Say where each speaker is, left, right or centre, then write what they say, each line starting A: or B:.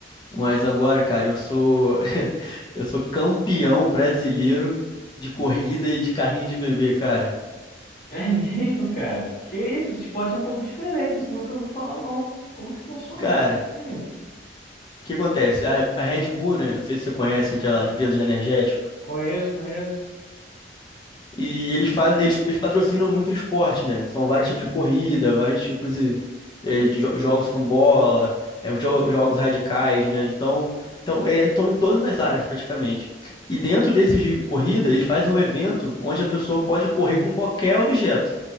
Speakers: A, on the left; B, on the left.
A: Mas agora, cara, eu sou <laughs> eu sou campeão brasileiro de corrida e de carrinho de bebê, cara.
B: É mesmo, cara? Que isso, esse esporte é um pouco diferente, isso eu nunca ouvi falar, não. Como que funciona
A: Cara,
B: um pouco assim?
A: o que acontece? A, a Red Bull, né? Não sei se você conhece aquela empresa de energético.
B: Conheço, conheço.
A: E eles fazem, eles, eles patrocinam muito o esporte, né? São vários tipos de corrida, vários tipos de, eh, de jo- jogos com bola, eh, jo- jogos radicais, né? Então, então, é, então, em todas as áreas praticamente. E dentro desses de corrida, eles fazem um evento onde a pessoa pode correr com qualquer objeto.